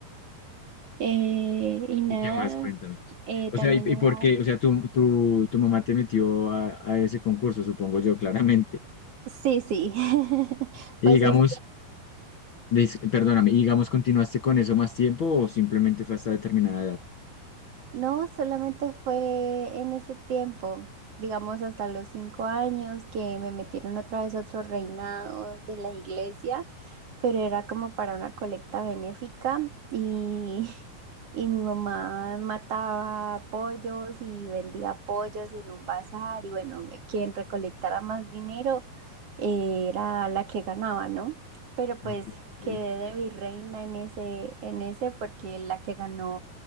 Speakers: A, on the right; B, on the left.
A: Eh, y nada,
B: ¿Y qué más? Cuéntame.
A: eh,
B: O
A: también
B: sea, ¿y, y
A: hubo...
B: por qué? O sea, tu, tu, tu mamá te metió a, a ese concurso, supongo yo, claramente.
A: Sí, sí. <laughs>
B: Y
A: Pues
B: digamos...
A: es
B: Dis- perdóname, y digamos, ¿continuaste con eso más tiempo o simplemente fue hasta determinada edad?
A: No, solamente fue en ese tiempo, digamos hasta los cinco años, que me metieron otra vez a otro reinado de la iglesia, pero era como para una colecta benéfica y, <laughs> y mi mamá mataba pollos y vendía pollos en un bazar y bueno, quien recolectara más dinero eh, era la que ganaba, ¿no? Pero pues
B: Ok, ok.
A: quedé de virreina en ese, en ese porque la que ganó